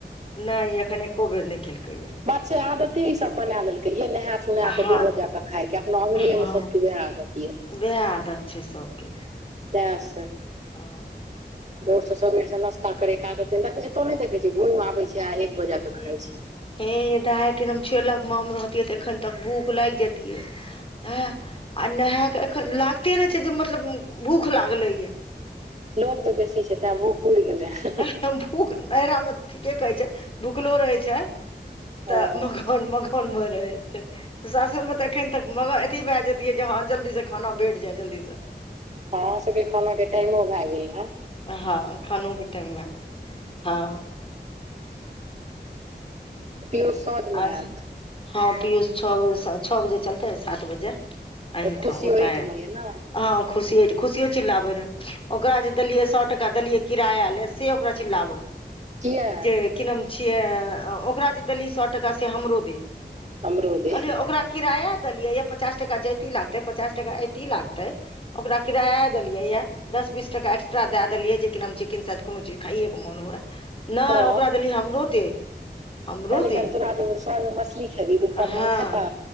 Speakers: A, on the left; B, on the right.
A: नय अखन एको बेर नय खेलकै या
B: बात छै आदते ई सभ बनै ललकै कहिये नहा सुनैइ कऽ
A: हँ
B: दू बजे के खाय के अपना अंगने
A: हँ
B: मे सभ के वएह आदत यै
A: वएह आदत छै सबके
B: तै सँ
A: हँ
B: भोर से सबेर से नश्ता करे के आदत दखय एतो नय देखे छियै घुइम आबे छै आ बजे कऽ
A: हे
B: खाइ छै
A: हे यै दाय एखन हम छिये लगमे रहतियै तऽ एखन तक भूख लैग जतिये हँ आ नहाय के एखन लागते नै छै जे मतलब भूख लागलै य
B: लोक जे बेसी छै तैं भूक उड़ गेले है
A: त भूख नैरा में ठीके कहै छै भूखलो रहे छै
B: हँ
A: तऽ लोग अपन मगन में रहे छै सासुर में तऽ एखन तक म अथी भए जेतियै जे हँ जल्दी सँ खाना भेट जाय जल्दी स
B: आहाँ सबके खाना के टाइमो भेए गेल है
A: हँ खानो के टाइम भए गेले हँ
B: पीयूष साँझ मे
A: औरसब
B: आयत
A: हँ पीयूष छौ ब छौ बजे चलतेै सात बजे एहिठाम
B: खुशी
A: उतार
B: ओहिठ मे ये ने
A: ह खुशिय खुशिये चिल्लाबे रहै ओकरा जे देलियै सौ टका देलियै किराया ले से ओकरा चिल्लाव है
B: किया
A: जे की नाम छियै ओकरा जे देली सौ टका से हमरो दे
B: अमरूदे
A: कहलियै ओकरा किराया देलियै य पचास टका जैती लागतै पचास टका ऐती लागतै ओकरा किराया देलियै यए दस बीस टका एक्स्ट्रा दए देलियै जे कि नाम ची किनसे कोनो चीज खाइयए के मन हुए। नइ
B: हँ
A: ओकरा देली, हमरो दे। हमरो
B: कहलै
A: दे
B: कि आज तोरा जे सर मछली खेबी दुपहर
A: हँ
B: मे, ओ खैता।